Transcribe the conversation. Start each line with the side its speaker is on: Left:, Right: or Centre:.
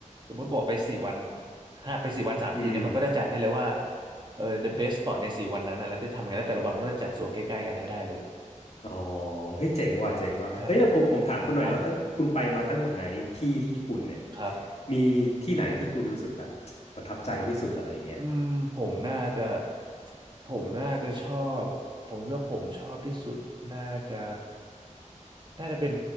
Right: สมมติบอกไปสี่วันห้าไปสี่วันสามคืนเนี่ยมันก็จะจัดให้เลยว่า
Left: อืม
Right: เออ the best spot ในสี่วันนั้นนะแล้วจะทำยังไงแล้วแต่ละวันมันก็จะจัดโซนใกล้ๆกันให้ได้เลย
Left: อ๋อเฮ้ยเจ๋งว่ะเจ๋งว่ะเฮ้ยเราผมผมถามคุณหน่อยแล้วตั้งคุณไปมาตั้งหลายที่ที่ญี่ปุ่นเนี่ย
Right: ใช่ใช่ผมครับครับ
Left: มีที่ไหนที่คุณรู้สึกแบบประทับใจที่สุดอะไรอย่างเงี้ย
Right: อืมผมน่าจะผมน่าจะชอบผมคิดว่าผมชอบที่สุดน่าจะน่าจะเป็น